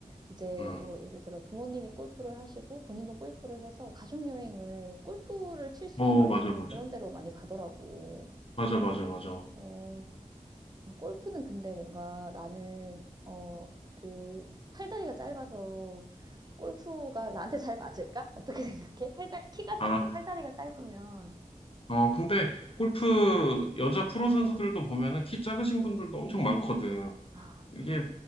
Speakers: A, on the right; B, on the left.
A: 이제
B: 음.
A: 뭐 예를 들어 부모님이 골프를 하시고 본인도 골프를 해서 가족 여행을 골프를 칠 수
B: 어,
A: 있는
B: 맞아, 맞아.
A: 그런 데로 많이 가더라고.
B: 맞아, 맞아, 맞아.
A: 어, 아, 골프는 근데 뭔가 나는 어, 그 팔다리가 짧아서 골프가 나한테 잘 맞을까? 어떻게 <laughs> 생각해? 팔다 키가
B: 아,
A: 작고 팔다리가 짧으면
B: 어, 근데 골프 여자 프로 선수들도 보면은 키 작으신 분들도 엄청 많거든.
A: 아,
B: 이게